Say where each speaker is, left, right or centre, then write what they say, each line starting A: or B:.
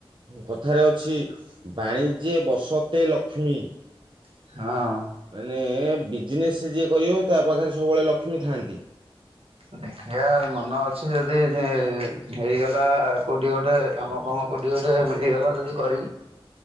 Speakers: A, on the right; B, on the right.
A: କଥାରେ ଅଛି ବାଣିଜ୍ୟେ ବସତେ ଲକ୍ଷ୍ମୀ।
B: ହଁ।
A: ମାନେ ବିଜନେସ୍ ଯିଏ କରିବ ତା ପାଖରେ ସବୁବେଳେ ଲକ୍ଷ୍ମୀ ଥାଆନ୍ତି‌
B: ଦେଖିବା ମନ ଅଛି ଯଦି ହେଇଗଲା କୋଉଠି ଗୋଟେ କାମଫାମ। କୋଉଠି ଗୋଟେ ମିଳିଗଲା ଯଦି କରିବି।